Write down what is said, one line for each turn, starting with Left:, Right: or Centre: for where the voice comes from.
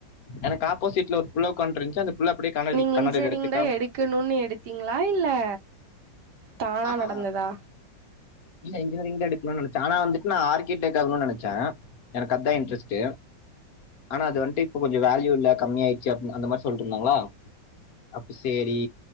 Left: எனக்கு ஆப்போசிட்ல ஒரு புள்ள உக்கான்ட்டு இருந்துச்சி அந்த புள்ள அப்டியே கண்ணாடி
Right: நீங்க
Left: கண்ணாடில
Right: இன்ஜிரிங்தா
Left: எடுத்து காமிச்சுச்சு
Right: எடுக்கணுன்னு எடுத்தீங்களா இல்ல தானா
Left: ஆமா
Right: நடந்ததா
Left: இல்ல இன்ஜினியரிங்தா எடுக்கணுன்னு நெனச்சே ஆனா வந்துட்டு நா ஆர்க்கிடெக் ஆகனுன் நெனச்சே எனக்கு அதா இன்ட்ரெஸ்டு ஆனா அது வந்துட்டு இப்ப கொஞ்ச வேல்யூ எல்லா கம்மி ஆயிச்சு அப் அந்த மாரி சொல்ட்டுருந்தாங்களா அப்ப சேரி